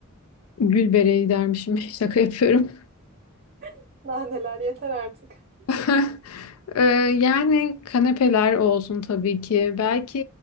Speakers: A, on the left; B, on the right.
A: Gül bereyi dermişim. <laughs> Şaka yapıyorum.
B: <laughs> Daha neler yeter artık.
A: <laughs> Ee, yani kanepeler olsun tabii ki. Belki